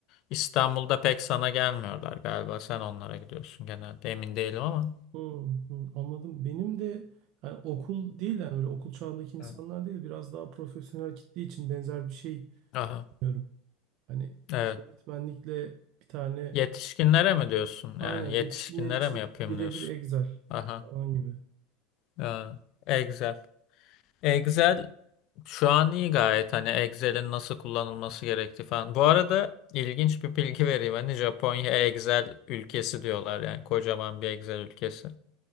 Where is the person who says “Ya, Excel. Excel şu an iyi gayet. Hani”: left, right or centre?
Left